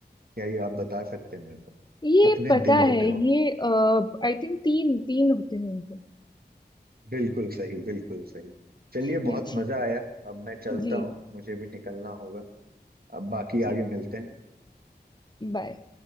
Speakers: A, on the right; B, on the left.
A: क्या ये आप बता सकते हैं मेरे को
B: ये
A: कितने
B: पता
A: दिल होते
B: है
A: हैं
B: ये आई थिंक तीन तीन होते हैं उनके
A: बिल्कुल सही बिल्कुल सही चलिए
B: <laughs>
A: बहुत
B: जी
A: मजा आया अब मैं चलता
B: जी
A: हूँ मुझे भी निकलना होगा अब बाकी
B: ठीक
A: आगे मिलते हैं
B: बाय